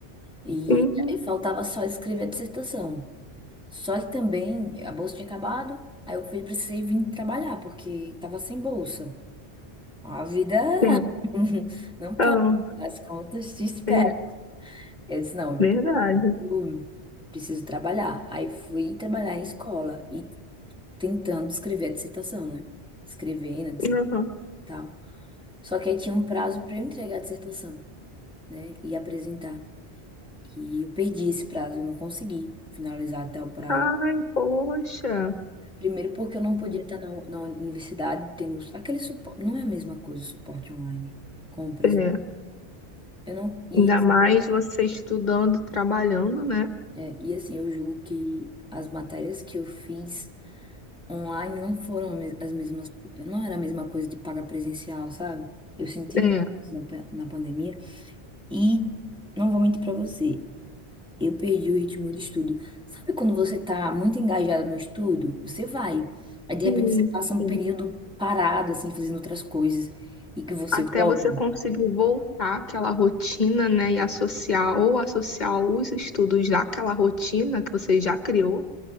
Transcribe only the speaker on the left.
Uhum.
É.
Ah,
é
verdade.
Aham.
Ai, poxa.
É.
Ainda
mais você estudando, trabalhando, né?
É.
Sim,
sim.
Até
você conseguir voltar àquela rotina, né? E associar ou associar os estudos daquela rotina que você já criou,